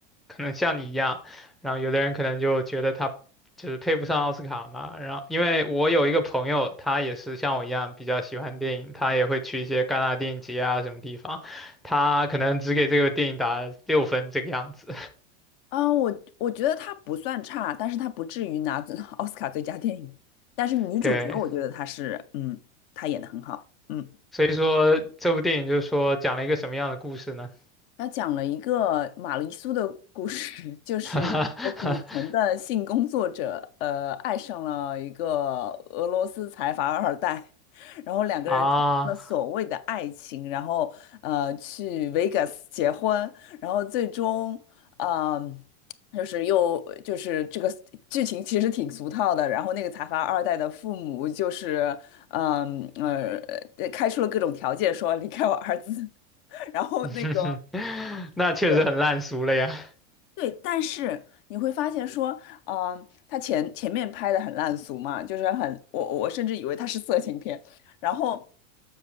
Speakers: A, in the centre; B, on the left (about 50°).
A: 可能像你一样，然后有的人可能就觉得他就是配不上奥斯卡嘛。然后因为我有一个朋友，他也是像我一样比较喜欢电影，他也会去一些戛纳电影节啊什么地方，他可能只给这个电影打六分这个样子。
B: 嗯，我我觉得它不算差，但是它不至于拿最 <laughs> 奥斯卡最佳电影。但是女主角，
A: <laughs> 对，
B: 我觉得她是，嗯，她演的很好，嗯，
A: 所以说这部电影就是说讲了一个什么样的故事呢？
B: 他讲了一个玛丽苏的故事，<laughs> 就是一个底层的性工作者，
A: <laughs>
B: 呃，爱上了一个俄罗斯财阀二代，然后两个人产生了所谓的爱情，
A: 啊。
B: 然后呃去 Vegas 结婚，然后最终，嗯、就是又就是这个剧情其实挺俗套的，然后那个财阀二代的父母就是，嗯呃呃开出了各种条件说离开我儿子。<laughs> 然后那个
A: <laughs> 那确实很烂俗了呀！
B: 对，对，但是你会发现说，嗯、他前前面拍的很烂俗嘛，就是很，我我甚至以为他是色情片，然后